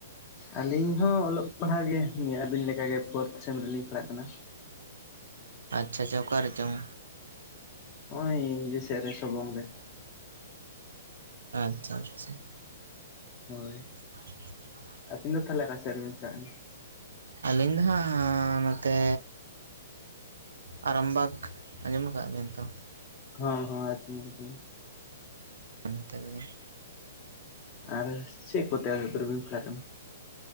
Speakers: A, on the left; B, on the right.
A: ᱟᱹᱞᱤᱧ ᱦᱚᱸ ᱚᱞᱚᱜ ᱯᱟᱲᱦᱟᱜ ᱜᱮ ᱱᱤᱭᱟᱹ ᱟᱹᱵᱤᱱ ᱞᱮᱠᱟᱜᱮ ᱯᱷᱳᱨᱛ ᱥᱮᱢ ᱨᱮᱞᱤᱧ ᱯᱟᱲᱦᱟᱜ ᱠᱟᱱᱟ ᱾
B: <inaudible> ᱟᱪᱪᱷᱟ ᱟᱪᱪᱷᱟ, ᱚᱠᱟᱨᱮ ᱪᱚᱝ?
A: ᱱᱚᱜ-ᱚᱭ ᱤᱭᱟᱹᱥᱮᱫ ᱨᱮ ᱥᱚᱵᱚᱝ ᱨᱮ ᱾
B: ᱟᱪᱪᱷᱟ ᱟᱪᱪᱷᱟ ᱾
A: ᱦᱳᱭ ᱾
B: <inaudible>
A: ᱟᱹᱵᱤᱱ ᱫᱚ ᱛᱟᱦᱚᱞᱮ ᱚᱠᱟ ᱥᱮᱫ ᱨᱮᱵᱤᱱ ᱯᱟᱲᱟᱜ ᱠᱟᱱᱟ?
B: ᱟᱹᱞᱤᱧ ᱫᱚ ᱦᱟᱸᱜ ᱱᱚᱛᱮ ᱟᱨᱟᱢᱵᱟᱜᱽ ᱟᱸᱡᱚᱢᱟ ᱠᱟᱜ ᱵᱤᱱ ᱛᱚ?
A: ᱦᱮᱸ ᱦᱮ ᱟᱡᱚᱢ ᱠᱟᱫᱟᱞᱤᱧ ᱾
B: ᱚᱱᱛᱮ ᱨᱮᱜᱮ᱾
A: ᱟᱨ ᱪᱮᱫ ᱠᱚᱛᱮ <unintelligible> ᱫᱩᱨᱵᱤᱱ ᱯᱟᱲᱟᱜ ᱠᱟᱱᱟ?